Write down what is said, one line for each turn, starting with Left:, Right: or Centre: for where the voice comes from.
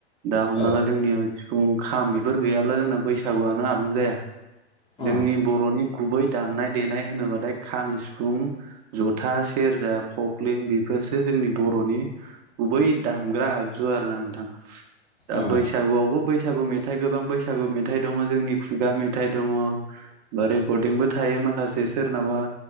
Right: दा हमना
Left: औ
Right: ला जोंनियाव सिफुं खाम बिफोर गैयाब्ला जोंना बैसागुआनो आबुं जाया।
Left: उम
Right: जोंनि बर'नि गुबै दामनाय-देनाय होनोबाथाय खाम, सिफुं, ज'था सेरजा, खख्लिं बेफोरसो जोंनि बर'नि गुबै दामग्रा आगजु आरोना नोंथां। दा
Left: उम
Right: बैसागुयावबो बैसागु मेथाइ गोबां बैसागु मेथाइ दङ' जोंनि खुगा मेथाइ दङ' बा रेकर्डंबो था यो माखासे सोरनावाबा